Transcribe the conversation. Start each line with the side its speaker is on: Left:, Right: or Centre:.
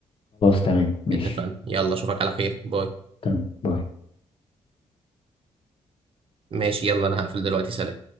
Left: تمام ماشي
Right: اتفقنا يلا اشوفك على خير باي
Left: تمام باي
Right: ماشي يلا انا هقفل دلوقتي سلام